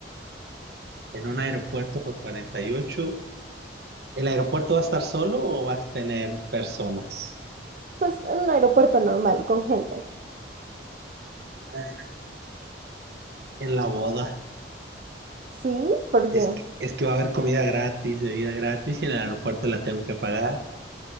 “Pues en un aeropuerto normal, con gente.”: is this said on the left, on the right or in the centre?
Right